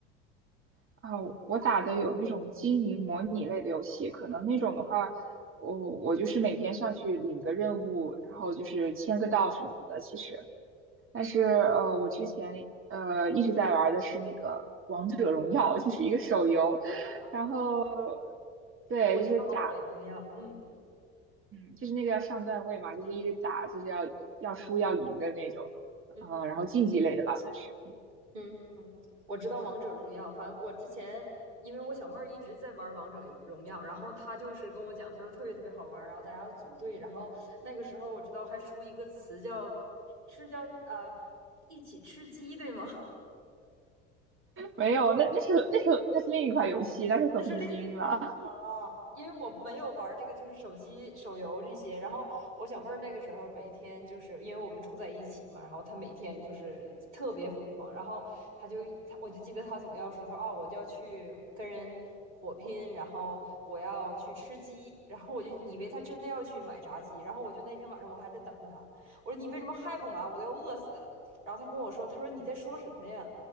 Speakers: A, on the right (about 35°); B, on the right (about 80°).
A: 啊，我打的有那种经营模拟类的游戏，可能那种的话，我我就是每天上去领个任务，然后就是签个到什么的。其实，但是呃，我之前呃一直在玩的是那个《王者荣耀》，就是一个手游，
B: 嗯
A: 然后对，
B: 我知道王者荣耀，
A: 就是打，
B: 嗯
A: 嗯，就是那个要上段位嘛，就是一直打，就是要要输要赢的那种，
B: 嗯
A: 嗯，然后竞技类的吧，算是。
B: 嗯嗯，我知道王者荣耀，反正我之前因为我小妹儿一直在玩王者荣耀，然后她就是跟我讲，她说特别特别好玩儿，然后大家组队，然后那个时候我知道还出一个词叫是叫呃一起吃鸡，对吗？
A: 没有，那那是那是那是另一款游戏，那是和平精英了。
B: <laughs> 那是另哦，因为我没有玩这个，就是手机手游这些。然后我小妹儿那个时候每天就是因为我们住在一起嘛，然后她每天就是特别疯狂。然后她就她，我就记得她总要说，她说啊，我就要去跟人火拼，然后我要去吃鸡，然后我就以为她真的要去买炸鸡。然后我就那天晚上我还在等她，我说你为什么还不买？我都要饿死了。然后她跟我说，她说你在说什么呀？
A: <laughs>